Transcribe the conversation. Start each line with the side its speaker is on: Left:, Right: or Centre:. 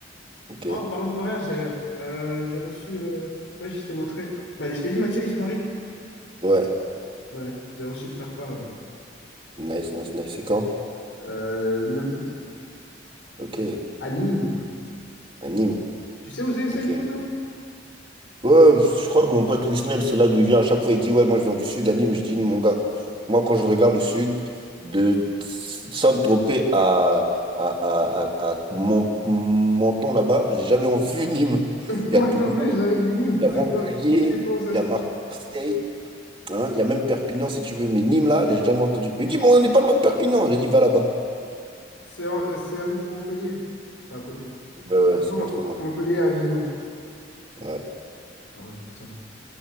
Right: Ok.
Left: Ah, en parlant de mariage d'ailleurs, euh, j'ai reçu. euh, Je sais pas si je t'ai montré. Ma- Je t'ai dit Mathieu, il se marie?
Right: Ouais.
Left: Ouais, j'ai reçu le faire-part là.
Right: Nice, nice, nice. C'est quand?
Left: Euh, 9 août.
Right: Ok.
Left: À Nîmes.
Right: À Nîmes.
Left: Tu sais où c'est c'est
Right: Ok.
Left: Nîmes, toi?
Right: Ouais, je crois que mon pote Wisnel, c'est là d'où il vient. À chaque fois, il dit, ouais, moi je viens du sud, à Nîmes. Je dis, mon gars, moi quand je regarde le sud, de Saint-Tropez à, à, à, à, à Mon- Menton là-bas, j'ai jamais <laughs> vu Nîmes.
Left: <laughs> Moi
Right: Il y a Toulon,
Left: non plus,
Right: il
Left: j'ai jamais vu Nîmes.
Right: y a
Left: <laughs> Je
Right: Montpellier,
Left: sais pas je sais pas où ça
Right: il
Left: se
Right: y a
Left: trouve.
Right: Marseille. Hein, Il y a même Perpignan si tu veux, mais Nîmes là, j'ai jamais entendu. Il dit, mais on n'est pas loin de Perpignan. J'ai dit, va là-bas.
Left: C'est en- c'est à côté de Montpellier. Enfin, à côté.
Right: Donc, Ouais, ouais,
Left: Ça se
Right: c'est
Left: trouve
Right: pas trop loin.
Left: à Montpellier à Avignon.
Right: Ouais.
Left: Ouais, putain.